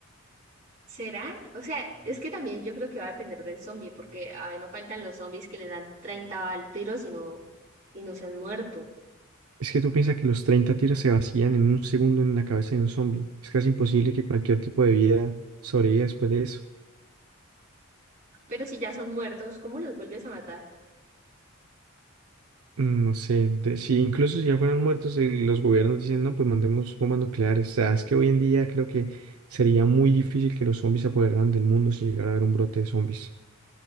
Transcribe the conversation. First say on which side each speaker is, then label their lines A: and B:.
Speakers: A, on the right; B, on the right.
A: ¿Será? O sea, es que también yo creo que va a depender del zombie, porque a ver, no faltan los zombies que le dan 30 bal- tiros y no, y no se han muerto.
B: Es que tú piensas que los treinta tiros se vacían en un segundo en la cabeza de un zombie. Es casi imposible que cualquier tipo de vida sobreviva después de eso.
A: Pero si ya son muertos, ¿cómo los vuelves a matar?
B: Mm, No sé, de- si incluso si ya fueran muertos, eh, los gobiernos dicen, no, pues mandemos bombas nucleares. O sea, es que hoy en día creo que sería muy difícil que los zombies se apoderaran del mundo si llegara a haber un brote de zombies.